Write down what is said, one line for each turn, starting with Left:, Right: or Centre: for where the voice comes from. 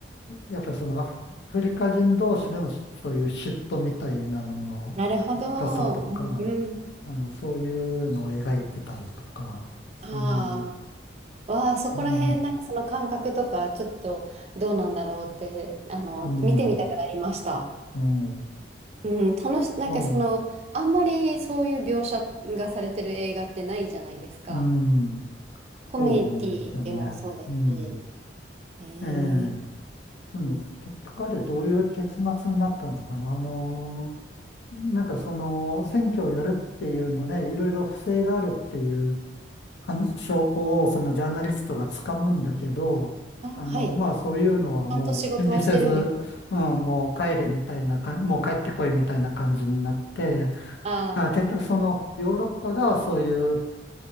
Left: やっぱりそのアフフリカ人同士でのそういう嫉妬みたいなのの深さとか、
Right: なるほど。うん、うん。
Left: あの、そういうのを描いてたりとかですね。
Right: ああ、わあ、そこら辺、
Left: うん、
Right: なんかその感覚とか、ちょっとどうなんだろうって、あの、
Left: うん、
Right: 見てみたくなりました。
Left: うん。
Right: うん、楽し、なんかその、
Left: まあ、
Right: あんまりそういう描写がされてる映画ってないじゃないですか。
Left: うん、
Right: コメディでもそうだし。
Left: そうなんですよね。うん。
Right: えー、
Left: ええ。でも、結局あれどういう結末になったのかな。あの、なんかその、選挙をやるっていうので、いろいろ不正があるっていうかん証拠をそのジャーナリストが掴むんだけど、
Right: あ、
Left: あの、
Right: はい。
Left: まあそういうのはもう気にせず、
Right: ちゃんと仕事はしてるんです。
Left: うん、もう帰れみたいなか、もう帰ってこいみたいな感じになって、
Right: ああ、
Left: あ、結局そのヨーロッパがそういう